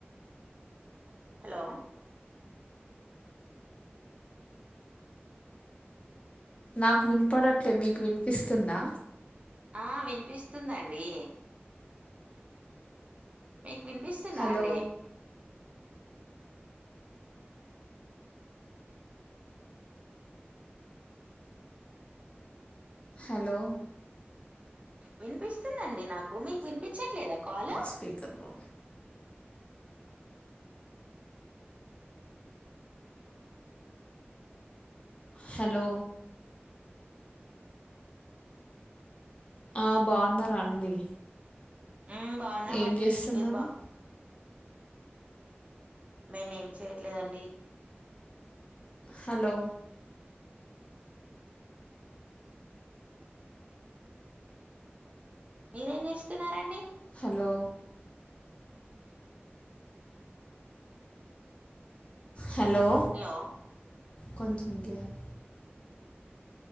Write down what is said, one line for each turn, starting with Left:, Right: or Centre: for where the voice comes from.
Right: హలో
Left: నాకు వినిపడట్లే మీకు వినిపిస్తుందా
Right: ఆ వినిపిస్తుందండి మీకు వినిపిస్తుందా
Left: హలో
Right: అండి
Left: హలో
Right: వినిపిస్తుందండి నాకు మీకు వినిపించట్లేదా కాల్
Left: స్పీకర్ బా హలో ఆ బాగున్నారా అండి
Right: మ్ బాగున్నామండి
Left: ఏం చేస్తున్నారు
Right: మీరు బాగ్ మేము ఏం చేయట్లేదండి
Left: హలో
Right: మీరేం చేస్తున్నారండి
Left: హలో హలో
Right: హలో
Left: కొంచెం గ్యాప్